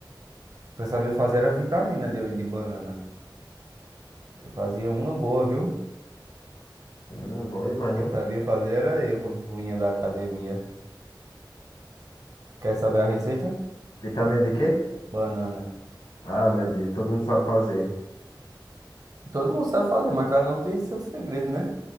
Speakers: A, on the right; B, on the left.
A: que eu sabia fazer era vitamina de, de banana. Eu fazia uma boa, viu?
B: Hum, bom demais,
A: Quem
B: né?
A: sabia fazer era eu quando vinha da academia. Quer saber a receita?
B: Vitamina de quê?
A: Banana.
B: Ah, meu Deus, todo mundo sabe fazer.
A: Todo mundo sabe fazer, mas cada um tem seu segredo, né?